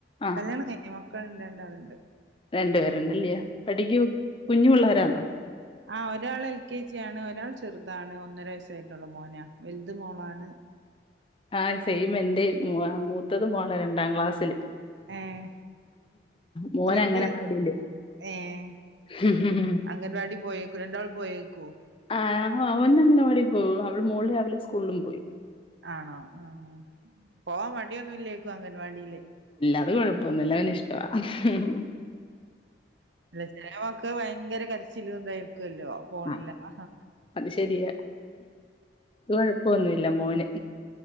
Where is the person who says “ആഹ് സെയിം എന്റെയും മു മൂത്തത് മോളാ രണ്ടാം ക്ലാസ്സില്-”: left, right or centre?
Left